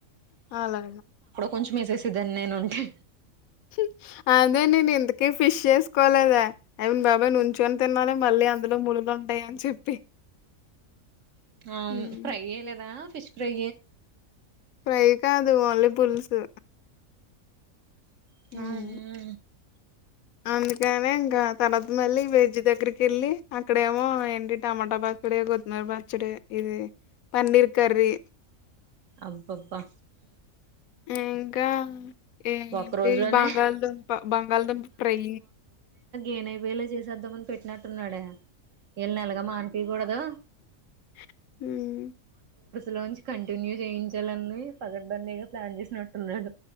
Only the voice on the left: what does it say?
అలా
హుమ్ అదే నేను ఎందుకే ఫిష్ చే తీూసుకోలేదె ఐ మీన్ బాబాయ్ నుంచుని తిన్నాాలి మళ్ళీ అందులో ముల్లులు ఉంటాయి అని చెప్పి
హ్మ్.
ఫ్రై కాదు ఓన్లి పులుసు
హ్మ్. అందుకనే ఇంక తర్వాత మళ్ళీ వేజ్ దగ్గర కెళ్ళి అక్కడేమో ఏంటి టమాట బస్తడెగు మా పచ్చడె ఇది పన్నీర్ కర్రీ,
ఇంకా ఏంటి
బంగాళ దంప బంగాళ దంప ఫ్రై
<unintelligible>